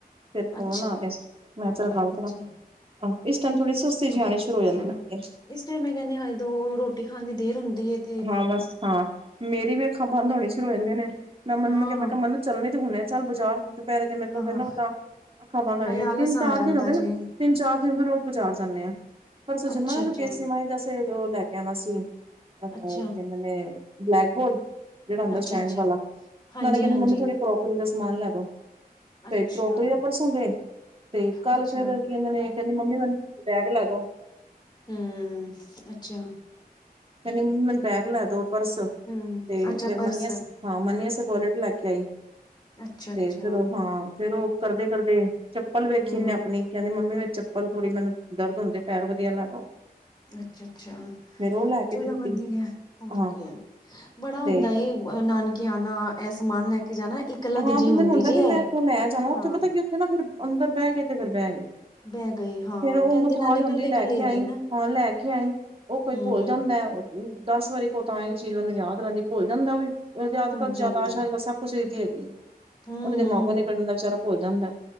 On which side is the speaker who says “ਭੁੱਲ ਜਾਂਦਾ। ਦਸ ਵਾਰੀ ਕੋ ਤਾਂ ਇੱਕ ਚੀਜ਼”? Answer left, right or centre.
Right